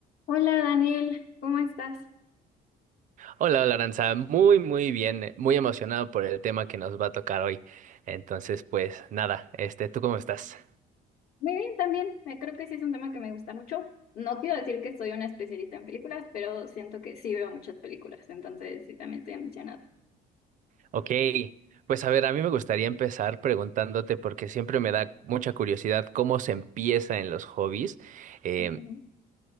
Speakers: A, on the left (about 60°); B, on the right (about 50°).
A: Hola Daniel, ¿cómo estás?
B: Hola, hola Aranza, muy muy bien, eh, muy emocionado por el tema que nos va a tocar hoy. Entonces, pues nada, este, ¿tú cómo estás?
A: Muy bien, también. eh, Creo que sí es un tema que me gusta mucho. No quiero decir que soy una especialista en películas, pero siento que sí veo muchas películas, entonces sí también estoy emocionada.
B: Ok, pues a ver, a mí me gustaría empezar preguntándote porque siempre me da mucha curiosidad cómo se empieza en los hobbies. Em,
A: Ujú.